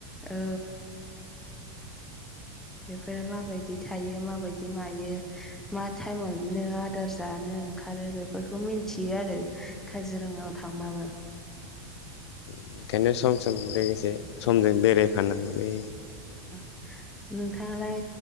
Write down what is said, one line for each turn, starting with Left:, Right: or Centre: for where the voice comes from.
Centre: औ बेफोरो माबायदि थायो माबायदि मायो मा टाइमाव बिदिनो आदार जानो ओंखारो बेफोरखौ मिथियो आरो काजिरङायाव थांबाबो
Left: ओंखायनो सम सम लोगोसे समजों बेरायफानांगौलै
Centre: <unintelligible> नोंथाङालाय